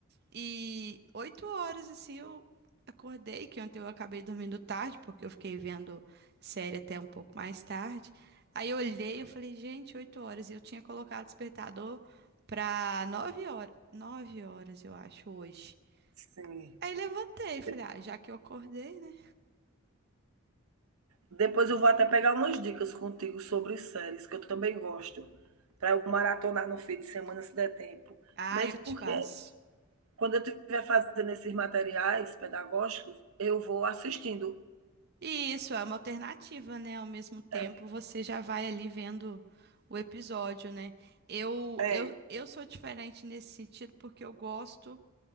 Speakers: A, on the right; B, on the right.
A: E oito horas, assim, eu acordei, que ontem eu acabei dormindo tarde, porque eu fiquei vendo série até um pouco mais tarde. Aí eu olhei, eu falei, gente, oito horas. E eu tinha colocado despertador pra nove horas. Nove horas, eu acho, hoje.
B: Sim.
A: Aí levantei,
B: De-
A: falei, ah, já que eu acordei, né?
B: Depois eu vou até pegar umas dicas contigo sobre séries, que eu também gosto, para eu maratonar no fim de semana, se der tempo.
A: Ah,
B: Mesmo
A: eu te
B: porque,
A: passo.
B: quando eu estiver fazendo esses materiais pedagógicos, eu vou assistindo.
A: E Isso é uma alternativa, né? Ao mesmo tempo,
B: É,
A: você já vai ali vendo o episódio, né? Eu,
B: é.
A: eu, eu sou diferente nesse sentido porque eu gosto